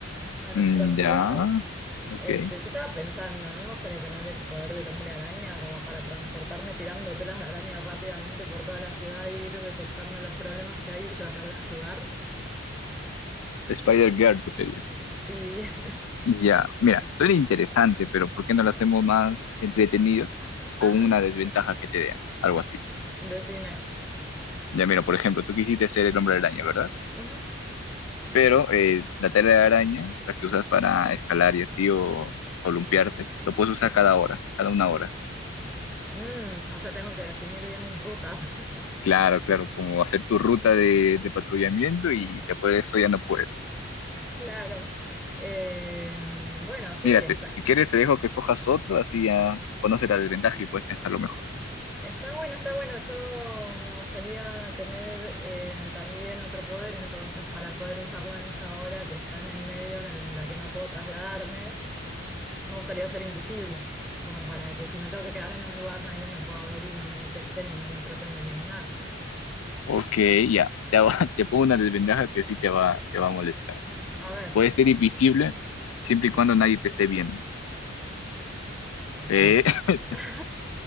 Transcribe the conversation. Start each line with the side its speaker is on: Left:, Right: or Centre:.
Centre: a nuestra
Left: Mm,
Centre: ciudad.
Left: ya, ok.
Centre: Este, yo estaba pensando, a mí me gustaría tener el poder del hombre araña como para transportarme tirando telas de araña rápidamente por toda la ciudad e ir detectando los problemas que hay y tratar de ayudar.
Left: Spider-Girl, pues sería.
Centre: Sí, <laughs>
Left: Y Ya, mira, suena interesante, pero ¿por qué no lo hacemos más entretenido con
Centre: Ajá,
Left: una desventaja que te dé? Algo así.
Centre: decime.
Left: Ya, mira, por ejemplo, tú quisiste ser el hombre araña, ¿verdad?
Centre: Ujú,
Left: Pero eh, la tela de araña, la que usas para escalar y así o columpiarte, lo puedes
Centre: Sí.
Left: usar cada hora, cada una hora.
Centre: Mm, o sea, tengo que definir bien mis rutas. <laughs>
Left: Claro, claro, como hacer tu ruta de, de patrullamiento y después de eso ya no puedes.
Centre: Claro. Eh, bueno, sí,
Left: Mira,
Centre: está,
Left: te- si quieres te dejo que escojas otro, así ya conoces la desventaja y puedes pensarlo mejor.
Centre: está bueno, está bueno. Yo me gustaría tener eh, también otro poder, entonces, para poder usarlo en esa hora que está en el medio, en el- la que no puedo trasladarme, me gustaría ser invisible, como para que si me tengo que quedar en un lugar, nadie me pueda ver y no me detecten y no me traten de eliminar.
Left: Ok, ya. Te, hago- <laughs> te pongo una desventaja que sí te va, te va a molestar.
Centre: A ver.
Left: Puede ser invisible siempre y cuando nadie te esté viendo.
Centre: No,
Left: Eh,
Centre: bueno,
Left: <laughs>
Centre: <laughs>